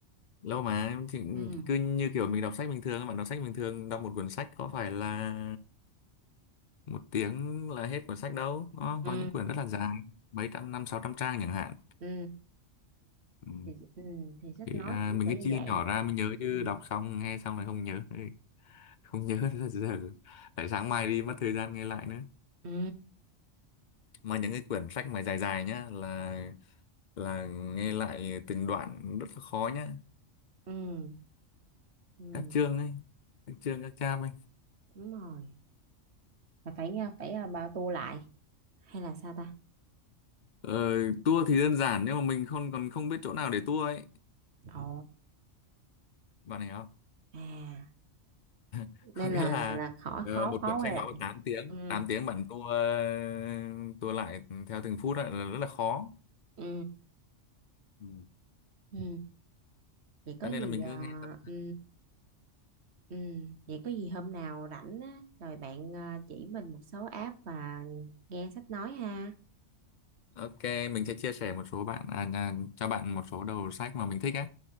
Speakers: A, on the left; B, on the right.
A: Lâu mà thì
B: Ừ.
A: cứ như kiểu mình đọc sách bình thường. Bạn đọc sách bình thường đọc một quyển sách có phải là một tiếng là hết cuốn sách đâu. Nó
B: Ừ,
A: có những quyển rất là dài. Mấy trăm, năm, sáu trăm trang chẳng hạn.
B: ừ,
A: Ừ.
B: thì, ừ, thì sách
A: Thì
B: nói
A: à,
B: cũng
A: mình
B: sẽ
A: cứ
B: như
A: chia
B: vậy.
A: nhỏ ra mới nhớ chứ
B: Ừ,
A: đọc xong nghe xong là không nhớ. Ừ. không nhớ <laughs> ra giờ tại sáng mai đi mất thời gian nghe lại nữa
B: ừ,
A: mà những cái quyển sách mà dài dài nhá là là nghe lại từng đoạn rất là khó nhá
B: ừ, ừ,
A: các chương ấy các chương các chap ấy
B: đúng rồi. Là phải nha, phải à, bao tu lại hay là sao ta?
A: ờ, tour thì đơn giản nhưng mà mình không còn không biết chỗ nào để tour ấy
B: Ồ,
A: bạn hiểu không
B: à,
A: <laughs> có
B: nên
A: nghĩa
B: là
A: là
B: là, là khó
A: ờ,
B: khó
A: một
B: khó
A: quyển
B: quay
A: sách
B: lại.
A: nói vào 8 tiếng
B: Ừ,
A: tám tiếng bạn tour ờ, tour lại theo từng phút ấy, là rất là khó
B: ừ,
A: ừ.
B: ừ. Vậy có
A: cho
B: gì
A: nên là mình cứ
B: à,
A: nghe tập
B: ừ, Ừ, vậy có gì hôm nào rảnh á, rồi bạn ờ, chỉ mình một số app mà nghe sách nói ha.
A: Ok, mình sẽ chia sẻ một số bạn à, à, cho bạn một số đầu sách mà mình thích á.